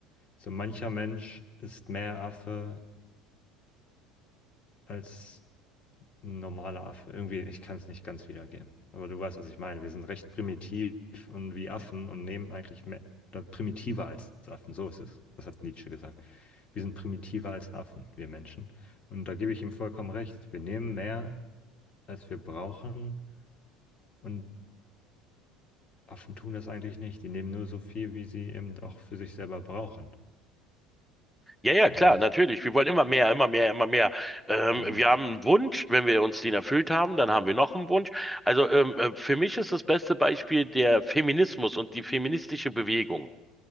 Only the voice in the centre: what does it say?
Ja, ja,
klar,
natürlich. Wir wollen immer mehr, immer mehr, immer mehr. Ähm,
wir haben einen Wunsch, wenn wir uns den erfüllt haben, dann haben wir noch einen Wunsch. Also ähm, äh, für mich ist das beste Beispiel der Feminismus und die feministische Bewegung.